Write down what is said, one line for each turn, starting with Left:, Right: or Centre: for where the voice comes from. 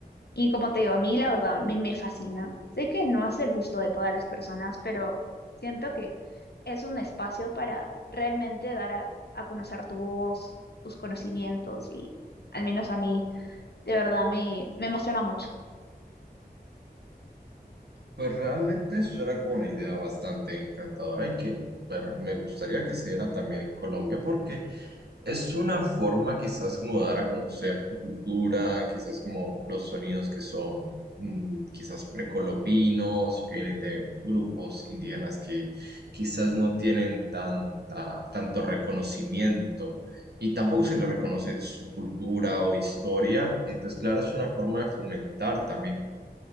Left: Y como te digo, a mí la verdad me, me fascina. Sé que no es del gusto de todas las personas, pero siento que es un espacio para realmente dar a, a conocer tu voz, tus conocimientos y al menos a mí, de verdad, me, me emociona mucho.
Right: Pues realmente suena como una idea bastante encantadora y que pues, me gustaría que se diera también en Colombia porque Es una forma quizás como de dar a conocer tu cultura, quizás como los sonidos que son mm, quizás precolombinos, o que vienen de grupos indígenas que quizás no tienen tanta, tanto reconocimiento y tampoco se
Left: Ujú,
Right: les reconoce su cultura o historia. Entonces, claro, es una forma de fomentar también